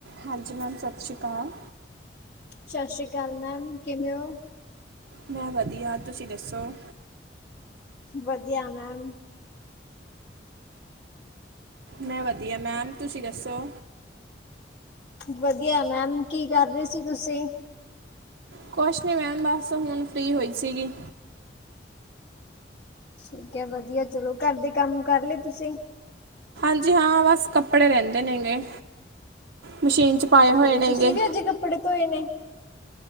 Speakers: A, on the right; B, on the left.
A: ਹਾਂਜੀ ਮੈਮ ਸਤਿ ਸ਼੍ਰੀ ਕਾਲ
B: ਸਸ਼੍ਰੀ ਕਾਲ ਮੈਮ ਕਿਵੇਂ ੳਂ।
A: ਮੈਂ ਵਧੀਆ ਤੁਸੀਂ ਦੱਸੋ?
B: ਵਧੀਆ ਮੈਮ
A: ਮੈਂ ਵਧੀਆ ਮੈਮ ਤੁਸੀਂ ਦੱਸੋ।
B: ਵਧੀਆ ਮੈਮ ਕੀ ਕਰ ਰਹੇ ਸੀ ਤੁਸੀਂ?
A: ਕੁਛ ਨੀ ਮੈਮ ਬੱਸ ਹੁਣ ਫ੍ਰਰੀ ਹੋਈ ਸੀਗੀ।
B: ਠੀਕ ਹੈ ਵਧੀਆ ਚਲੋ ਘਰ ਦੇ ਕੰਮ ਕਰ ਲਏ ਤੁਸੀਂ।
A: ਹਾਂਜੀ ਹਾਂ ਬਸ ਕੱਪੜੇ ਰਹਿੰਦੇ ਨੇਗੇ ਮਸ਼ੀਨ ਚ ਪਾਏ ਹੋਏ
B: ਠੀਕ ਹੈ
A: ਨੇਗੇ
B: ਤੁਸੀਂ ਵੀ ਅਜੇ ਕੱਪੜੇ ਧੋਏ ਨੇ